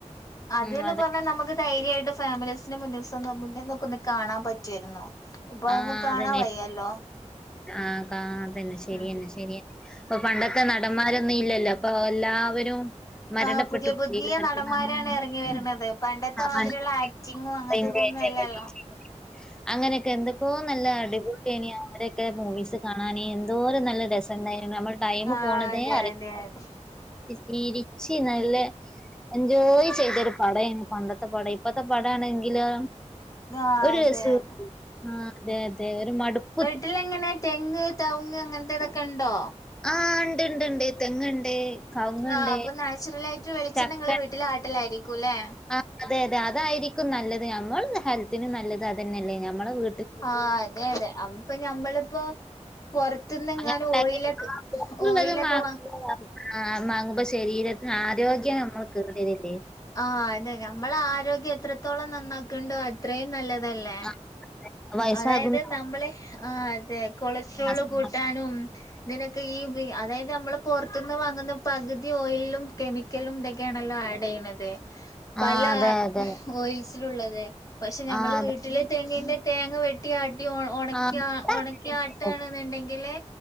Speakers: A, on the left; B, in the centre.
A: അത്
B: ഉം
A: ന്ന്
B: അതെ.
A: പറഞ്ഞാ നമക്ക് ധൈര്യയിട്ട് ഫാമിലീസിന് മുന്നിൽസ്ന്നൊ മുന്നിന്നൊക്കെ ഒന്ന് കാണൻപറ്റുര്ന്നു. ഇപ്പൊ അതൊന്നും
B: ആ
A: കാണാൻ
B: അതന്നെ.
A: വയ്യല്ലോ.
B: ആ കാ അതന്നെ ശരിയന്നെ
A: ഉം
B: ശരിയെ ഇപ്പൊ പണ്ടത്തെ നടന്മാരൊന്നും ഇല്ലല്ലോ. ഇപ്പൊ എല്ലാവരും. മരണപ്പെട്ടു
A: ആ പുതിയ
B: <unintelligible>
A: പുതിയ
B: നടക്കുന്ന
A: നടന്മാരാണ് എറങ്ങി
B: <unintelligible>
A: വരണത് പണ്ടത്തെ
B: <unintelligible>
A: മാതിരിയുള്ള ആക്ടിങ്ങും അങ്ങനത്തെ ഇതൊന്നും അല്ലല്ലോ
B: അങ്ങനെക്കെ എന്തൊക്കോ നല്ല അടിപുട്ട്ണിയ. അങ്ങനെക്കെ മൂവീസ് കാണാൻ എന്തോര നല്ല ര സ്‌ണ്ടായിരുന്നു നമ്മൾ ടൈമ്
A: ആ
B: പോണതെ
A: അതെ
B: അറി
A: അതെ അതെ
B: ചിരിചി നല്ല. എൻജോയ് ചെയ്തൊരു പടാണെ പണ്ടത്തെ പടം ഇപ്പത്തെ പടആണെങ്കിലൊ
A: ആ
B: ഒരുരസോം
A: അതെ അതെ
B: ആ അതെ അതെ ഒരു മടുപ്പ്
A: ട്ടിലെങ്ങനെ തെങ്ങ്, തൗങ്, അങ്ങൻത്തെ ഇതൊക്കെണ്ടോ.
B: ആ ണ്ട്ണ്ട്ണ്ട് തെങ്ങ്ണ്ട്. കവുങ്ങ്ണ്ട്,
A: ആഹ് അപ്പൊ നാച്ചുറലായിട്ട് വിളിച്ചെണ്ണ
B: ചക്ക
A: നിങ്ങളെ വീട്ടില്ല് ആട്ടെലാരിക്കുലേ.
B: ആ അതെ അതെ അതായിരിക്കും നല്ലത് നമ്മൾ ഹെൽത്തിന് നല്ലത്. ആതന്നെല്ല നമ്മളെ വീ
A: ആ അതെ അതെ അമ് പ്പൊ ഞമ്മള്പ്പോ. പൊറത്തുന്നെങ്ങാനും
B: അങ്ങനെ ഉണ്ടാക്കി
A: ഓയിലക്
B: ആ പൊറത്തുള്ളത്
A: ഓയിലൊക്കെ
B: മാങ്ങുമ്പോ
A: വ
B: ആ മാങ്ങുമ്പോ ശരീരത്തിന് ആരോഗ്യം നമ്മൾ കേടെരല്ലേ.
A: ആ അന്നെ നമ്മള ആരോഗ്യം എത്രത്തോളം നന്നാകുണ്ടോ അത്രയും നല്ലതല്ലേ.
B: ആ വയസ്സാകുന്ന
A: അതായത് നമ്മളെ ആ അതെ കൊളസ്ട്രോള്
B: അസുഖങ്ങൾ.
A: കൂട്ടാനും. ഇതിനൊക്കെ ഈ വി അതായത് നമ്മൾ പൊറത്തുന്ന് വാങ്ങുന്ന പകുതി ഓയിലും കെമിക്കലുംടെ ക്യണല്ലോ ആഡ്യ്യന്നത് പല
B: ആ അതെ, അതെ.
A: ഓയിസിലുള്ളത്. പഷെ ഞമ്മള്
B: ആ അതെ.
A: വീട്ടിലെ തെങ്ങിന്റെ തേങ്ങ വെട്ടിയാട്ടി ഒണ ഒണകിയ
B: ആ. അതെ.
A: ഒണ ക്യട്ട് ആണെന്നുണ്ടെങ്കില്.